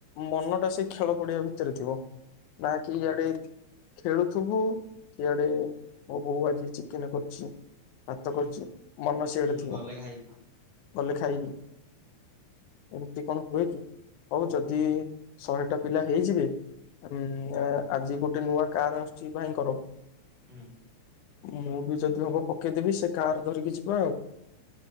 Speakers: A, on the left; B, on the right.
A: ମନଟା ସେ ଖେଳ ପଡ଼ିଆ ଭିତରେ ଥିବ। ବାକି
B: ହୁଁ
A: ଆଡ଼େ ଖେଳୁଥିବୁ ଇଆଡ଼େ ମୋ ବୋଉ ଆଜି ଚିକେନ କରିଛି ଭାତ
B: ହୁଁ
A: କରିଛି ମନ ସିଆଡ଼େ
B: ହୁଁ,
A: ଥିବ।
B: ଗଲେ ଖାଇବି।
A: ଗଲେ ଖାଇବି ଏମିତି କଣ ହୁଏ କି? ହଉ ଯଦି ଶହେଟା ପିଲା ହେଇଯିବେ ହୁଁ ଆଜି ଗୋଟେ ଗୋଟେ ନୂଆ କାର ଆସୁଛି ଭାଇଙ୍କର
B: ହୁଁ
A: ମୁଁ ବି ଯଦି ହବ ପକେଇଦେବି ସେ କାର ଧରିକି ଯିବା ଆଉ।